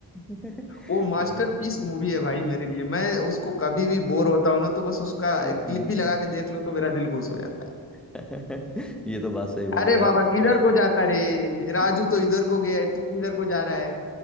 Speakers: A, in the centre; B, on the left.
A: <laughs>
B: वो मास्टरपीस
A: यार कुछ भी
B: मूवी है भाई मेरे लिए मैं उसको कभी भी बोर होता हूं ना तो बस उसका
A: हम्म।
B: एक क्लिप भी लगा के देख लूं तो मेरा दिल खुश हो जाता है
A: <laughs> ये तो बात सही बोले
B: अरे
A: यार
B: बाबा किधर
A: पुरान
B: को जाता रे राजू
A: <laughs>
B: तो इधर को गया है तू किधर को जा रहा है